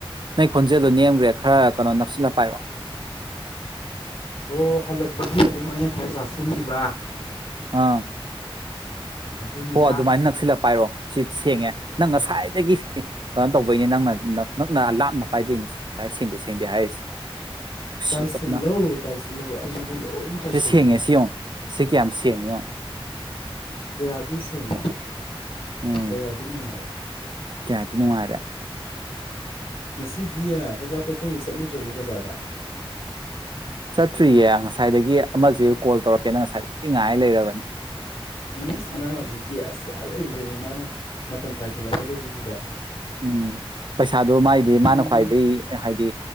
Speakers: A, on the right; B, on the left.
A: ꯅꯪ ꯈꯣꯟꯖꯦꯜꯗꯨꯣ ꯅꯦꯝꯈ꯭ꯔꯦ
B: ꯍꯜꯂꯛꯄꯒꯤ
A: ꯈꯔ ꯀꯩꯅꯣ ꯅꯛꯁꯤꯜꯂꯒꯄꯥꯏꯔꯣ
B: ꯍꯣ ꯍꯜꯂꯛꯄꯒꯤ ꯑꯗꯨꯝ ꯑꯩꯅ ꯈꯔ ꯆꯥꯁꯤꯟꯈꯤꯕ
A: ꯑꯥ
B: ꯑꯗꯨꯅꯤꯗ
A: ꯍꯣ ꯑꯗꯨꯃꯥꯏꯅ ꯅꯛꯁꯤꯜꯂꯛꯄ ꯍꯥꯏꯔꯣ ꯁꯤ ꯁꯦꯡꯉꯦ ꯅꯪ ꯉꯁꯥꯏꯗꯒꯤ ꯀꯩꯅꯣ ꯇꯧꯕꯩꯅꯦ ꯅꯪꯅ ꯅꯪꯅ ꯂꯥꯞꯅ ꯄꯥꯏꯕꯩꯅꯤꯁꯦ ꯁꯦꯡꯗꯦ ꯁꯦꯡꯗꯦ ꯍꯥꯏꯔꯤꯁꯦ ꯅꯨꯡ ꯁꯤ
B: ꯇꯥꯏꯁꯤꯜꯂꯣ
A: ꯇꯞꯅ
B: ꯇꯥꯏꯁꯤꯜꯂꯣ ꯑꯩꯉꯣꯟꯗ ꯂꯣꯏꯅ ꯇꯥꯏꯁꯤꯜꯂꯣ
A: ꯁꯤꯗ ꯁꯦꯡꯉꯦ ꯁꯤ ꯌꯦꯡꯉꯣ ꯁꯤ ꯀ ꯌꯥꯝꯝꯁꯤꯦꯉꯣ
B: ꯀꯌꯥꯖꯤꯁ ꯀ
A: ꯎꯝ
B: ꯀ ꯑꯗꯨ ꯅꯨꯅꯨꯡ ꯃꯥꯔꯦ
A: ꯀꯌꯥꯗꯤ ꯅꯨꯡꯉꯥꯏꯔꯦ
B: ꯉꯁꯤꯗꯤ ꯆꯥꯛꯆꯥ ꯇꯣꯞꯄꯒꯤ ꯆꯠꯂꯨꯗ꯭ꯔꯕꯣ ꯕꯖꯥꯔꯗ
A: ꯆꯠꯇ꯭ꯔꯤꯌꯦ ꯉꯁꯥꯏꯗꯒꯤ ꯑꯃꯁꯁꯤ ꯀꯣꯜ ꯇꯧꯔꯛꯀꯦꯅ ꯉꯁꯥꯏ ꯏ ꯉꯥꯏ ꯂꯩꯔꯕꯅꯦ
B: ꯎꯝ ꯃꯥ ꯍꯧꯖꯤꯛꯇꯤ ꯑꯁ ꯑꯔꯣꯏꯕꯤꯗꯅꯦ ꯃꯥꯅ ꯃꯇꯝ ꯀꯥꯏꯊꯂꯛꯀꯗꯣꯏꯁꯦ ꯁꯤꯗ
A: ꯎꯝ ꯄꯩꯁꯥꯗꯣ ꯃꯥꯥꯏꯗꯤ ꯃꯥꯅ
B: ꯎꯝ,
A: ꯈ꯭ꯋꯥꯏꯗꯒꯤꯩ ꯍꯥꯏꯗꯤ